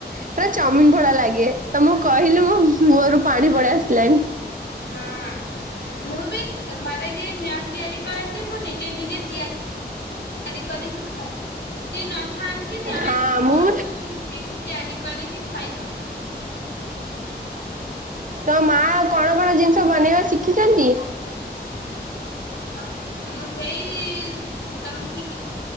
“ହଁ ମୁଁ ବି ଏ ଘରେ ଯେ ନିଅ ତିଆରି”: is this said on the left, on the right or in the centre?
Left